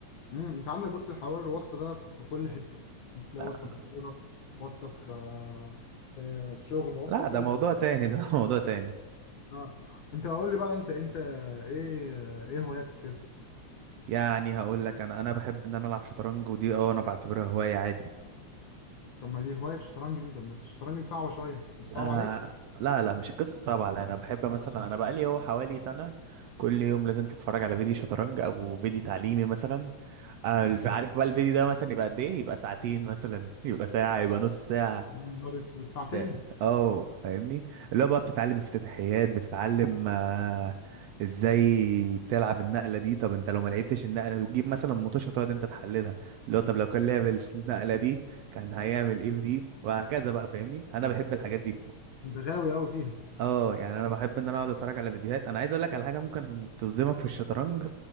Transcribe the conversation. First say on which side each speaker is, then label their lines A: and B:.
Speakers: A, on the left; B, on the right.
A: مم، انت عندك بص حوار الواسطه ده في كل حته انت تلاقي
B: لا
A: واسطه في الكوره واسطه في في الشغل واسطه
B: لا،
A: في
B: ده
A: كل
B: موضوع
A: حاجه
B: تاني ده <laughs> موضوع تاني
A: اه انت قول لي بقى انت انت ايه ايه هواياتك كده
B: يعني هقول لك انا انا بحب ان انا العب شطرنج ودي اه انا بعتبرها هوايه عادي
A: طب ما دي هوايه الشطرنج دي طب بس الشطرنج دي صعبه شويه مش صعب
B: آه
A: عليك
B: لا لا مش قصه صعبه على انا بحب مثلا انا بقالي هو حوالي سنه كل يوم لازم تتفرج على فيديو شطرنج او فيديو تعليمي مثلا آه الف- عارف بقى الفيديو ده مثلا يبقى قد ايه يبقى ساعتين مثلا يبقى ساعه يبقى نص ساعه
A: يا نهار اسود ساعتين
B: ف- اه فاهمني اللي هو بقى بتتعلم افتتاحيات بتتعلم آه، ازاي تلعب النقله دي طب انت لو ما لعبتش النقله وتجيب مثلا مطوشه تقعد انت تحللها اللي هو طب لو كان لعب النقله دي كان هيعمل ايه في دي وهكذا بقى فاهمني انا بحب الحاجات دي
A: انت غاوي قوي فيها
B: اه يعني انا بحب ان انا اقعد اتفرج على فيديوهات انا عايز اقول لك على حاجه ممكن تصدمك في الشطرنج